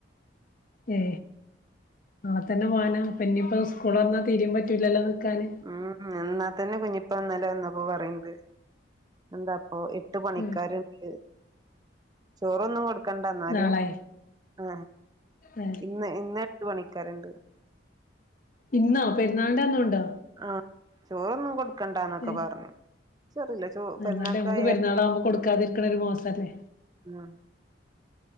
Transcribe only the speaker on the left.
ഏ നാളെ തന്നെ പോവാന ഇനിയിപ്പോ സ്കൂൾ തുറന്നാൽ തീരെ പറ്റൂലല്ലോ. നിക്കാന്
ഉം
നാളെ
ഏഹ്
ഇന്നോ പെരുന്നളിന്റെന്നു ഉണ്ടോ?
ഏഹ്
എന്നാലും നമുക്ക് പെരുന്നാളാവുമ്പോ കൊടുക്കാതിരിക്കണ ഒരു മോശല്ലേ.